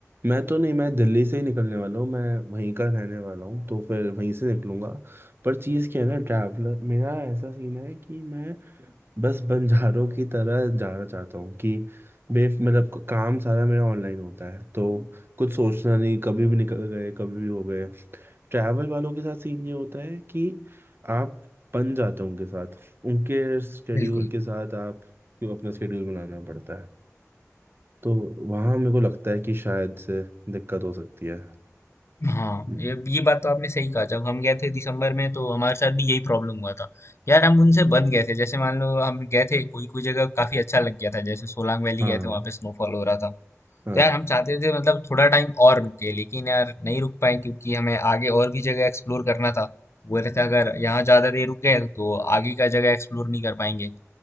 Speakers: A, on the right; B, on the left.
A: मैं तो नहीं मैं दिल्ली से ही निकलने वाला हूँ मैं वहीं का रहने वाला हूँ तो फिर वहीं से निकलूंगा पर चीज़ क्या है ना ट्रैवलर मेरा ऐसा सीन है कि मैं बस बंजारों की तरह जाना चाहता हूँ कि बे मतलब क- काम सारा मेरा ऑनलाइन होता है तो कुछ सोचना नहीं कभी भी निकल गए कभी भी हो गए ट्रैवल वालों के साथ सीन ये होता है कि आप बन जाते हो उनके साथ उनके स्केड्यूल
B: बिल्कुल
A: के साथ आप क्यों अपना स्केड्यूल बनाना पड़ता है तो वहाँ मेरे को लगता है कि शायद से दिक्कत हो सकती है
B: हाँ
A: हम्म,
B: ये ये बात तो आपने सही कहा जब हम गए थे दिसंबर में तो हमारे साथ भी यही प्रॉब्लम हुआ था यार हम उनसे बन गए थे जैसे मान लो हम गए थे कोई कोई जगह काफी अच्छा लग गया था जैसे सोलांग वैली
A: हाँ
B: गए थे वहां पे स्नोफॉल हो रहा था
A: हाँ
B: तो यार हम चाहते थे मतलब थोड़ा टाइम और रुके लेकिन यार नहीं रुक पाए क्योंकि हमें आगे और भी जगह एक्सप्लोर करना था बोल रहे थे अगर यहाँ ज्यादा देर रुक गए तो आगे का जगह एक्सप्लोर नहीं कर पाएंगे